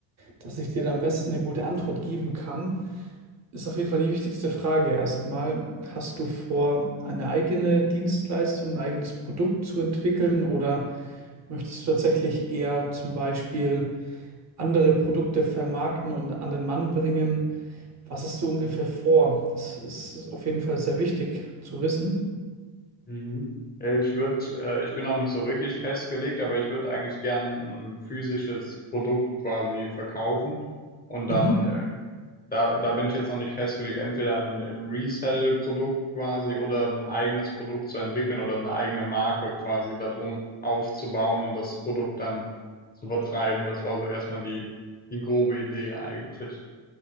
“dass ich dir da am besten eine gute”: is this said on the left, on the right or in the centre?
Right